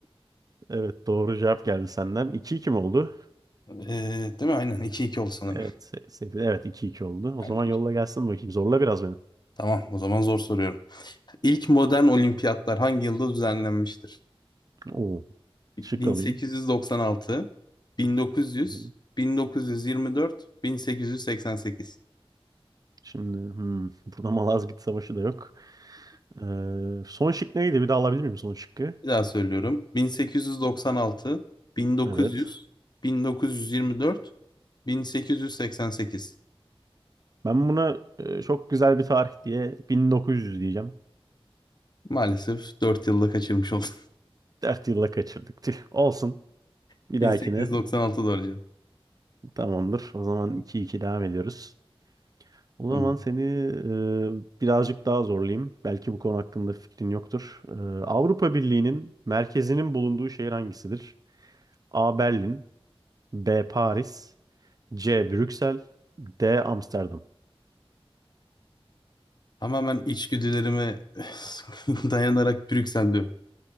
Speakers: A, on the right (about 40°); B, on the left (about 45°).
A: Evet doğru cevap geldi senden. 2 iki mi oldu?
B: E, değil mi? Aynen iki iki oldu sanırım.
A: Evet. Sefil, evet iki iki oldu. O
B: Aynen.
A: zaman yolla
B: işte.
A: gelsin bakayım. Zorla biraz beni.
B: Tamam o zaman zor soruyorum. İlk modern olimpiyatlar hangi yılda düzenlenmiştir?
A: Oo, şık
B: 1896,
A: alayım.
B: 1900,
A: Hı hı.
B: 1924, 1888.
A: Şimdi hmm, <laughs> burada Malazgirt Savaşı da yok. Ee, son şık neydi? Bir daha alabilir miyim son şıkkı?
B: Bir daha söylüyorum. 1896, 1900,
A: Evet.
B: 1924, 1888.
A: Ben buna e, çok güzel bir tarih diye 1900 diyeceğim.
B: Maalesef 4 yılda kaçırmış oldum.
A: 4 yılla kaçırdık. Tüh, olsun.
B: <laughs>
A: Bir
B: bin
A: dahakine
B: sekiz yüz doksan altı doğru arayacağım.
A: tamamdır. O zaman iki iki devam ediyoruz. O
B: Tamam.
A: zaman seni e, birazcık daha zorlayayım. Belki bu konu hakkında fikrin yoktur. E, Avrupa Birliği'nin merkezinin bulunduğu şehir hangisidir? A. Berlin B. Paris C. Brüksel D. Amsterdam
B: Tamamen içgüdülerime <laughs> dayanarak Brüksel'deyim.